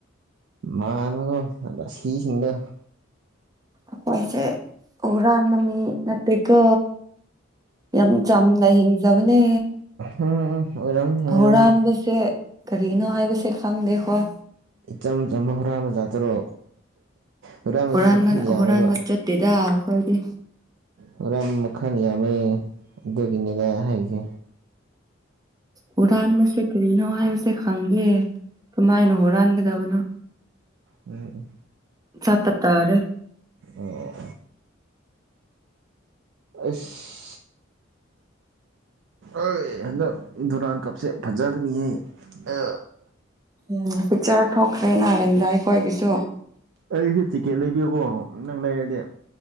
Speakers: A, on the right; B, on the right.
A: ꯃꯥꯜꯂꯦꯀꯣ ꯔꯥꯁꯤꯁꯤꯡꯗꯣ
B: ꯑꯩꯈꯣꯏꯁꯦ ꯍꯨꯔꯥꯟꯕ ꯃꯤ ꯅꯠꯇꯦꯀꯣ ꯌꯥꯝ ꯆꯝꯅ ꯍꯤꯡꯖꯕꯅꯦ
A: ꯎꯝ ꯑꯣꯏꯔꯝꯅꯤ ꯑꯣꯏꯔꯝꯅꯤ
B: ꯍꯨꯔꯥꯟꯕ ꯍꯥꯏꯕꯁꯦ ꯀꯔꯤꯅꯣ ꯍꯥꯢꯕ ꯈꯪꯗꯦ ꯑꯩꯈꯣꯢ
A: ꯏꯆꯝ ꯆꯝꯕ ꯍꯨꯔꯥꯟꯕ ꯖꯥꯠꯇꯨꯔꯣ ꯍꯨꯔꯥꯟꯕꯁꯨ
B: ꯍꯨꯔꯥꯟꯕ
A: ꯃꯈꯜ ꯌꯥꯝꯃꯦꯕ
B: ꯍꯨꯔꯥꯟꯕ ꯆꯠꯇꯦꯗ ꯑꯩꯈꯣꯏꯗꯤ
A: ꯍꯨꯔꯥꯟꯕ ꯃꯈꯜ ꯌꯥꯝꯃꯦ ꯑꯗꯨꯒꯤꯅꯤꯗ ꯍꯥꯏꯁꯦ
B: ꯍꯨꯔꯥꯟꯕꯁꯦ ꯀꯔꯤꯅꯣ ꯍꯥꯏꯕꯁꯦ ꯈꯪꯗꯦ ꯀꯃꯥꯏꯅ ꯍꯨꯔꯥꯟꯒꯗꯕꯅꯣ
A: ꯎꯝ ꯎꯝ
B: ꯁꯠꯇ ꯆꯔ
A: ꯑꯣ ꯑꯁ ꯑ ꯍꯟꯗꯛ ꯗꯨꯔꯥꯟ ꯀꯞꯁꯦ ꯐꯖꯒꯅꯤ ꯍꯥꯏ ꯑ
B: ꯎꯝ ꯄꯤꯛꯆꯔ ꯊꯣꯛꯈ꯭ꯔꯦ ꯅꯥꯔꯦꯟꯗ ꯑꯩꯈꯣꯏꯒꯤꯁꯨ
A: ꯑꯩꯁꯨꯦ ꯇꯤꯛꯀꯦꯠ ꯂꯩꯕꯤꯌꯨꯀꯣ ꯅꯪ ꯂꯩꯔꯗꯤ